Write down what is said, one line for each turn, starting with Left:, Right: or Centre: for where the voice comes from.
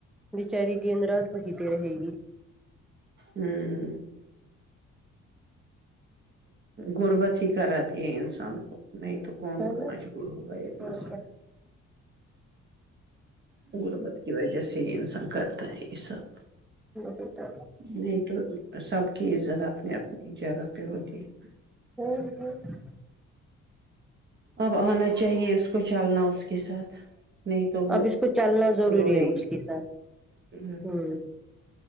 Centre: بچاری دد رات کوی پہ رہے گی
Right: ہوں غربت ہی کراتی ہے انسان کو نہیں تو کون
Centre: ہے نا
Right: مجبور ہوگا اتنا
Centre: اور
Right: سارا غربت کی وجہ سے ہی انسان کرتا ہے یہ سب
Centre: کیا
Right: نہیں تو سب کی عزت اپنی اپنی جگہ پہ ہوتی ہے
Centre: <unintelligible>
Right: اب آنا چاہیے اس کو چلنا اس کے ساتھ نہیں تو وہ
Centre: اب اس کو چلنا ضروری
Right: روئے
Centre: ہے اس
Right: گی
Centre: کے ساتھ
Right: <unintelligible>
Centre: ہوں